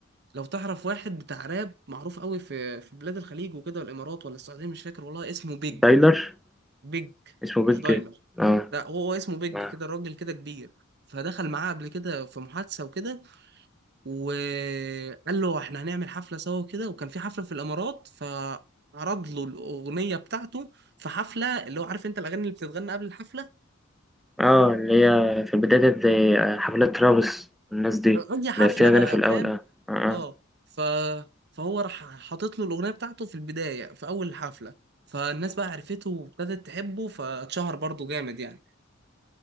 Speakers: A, on the right; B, in the centre.
A: لو تعرف واحد بتاع راب معروف قوي في في بلاد الخليج وكده والامارات ولا السعوديه مش فاكر والله اسمه بيج
B: دايلر
A: بيج
B: اسمه
A: مش
B: بيج
A: دايلر
B: اه
A: لا هو اسمه بيج
B: اه
A: كده راجل كده كبير فدخل معاه قبل كده في محادثة وكده وقال له احنا هنعمل حفلة سوا كده وكان في حفلة في الإمارات فعرض له الأغنية بتاعته في حفلة اللي هو عارف انت الأغاني اللي بتتغنى قبل الحفلة
B: آه، اللي هي في البداية ديت زي آه، حفلات ترافيس والناس دي
A: أي حفلة
B: اللي فيها أغاني
A: بقى
B: في الأول
A: فاهم
B: اه اه آه.
A: اه ف... فهو راح حاطط له الأغنية بتاعته في البداية في أول الحفلة فالناس بقى عرفته وابتدت تحبه فاتشهر برضه جامد يعني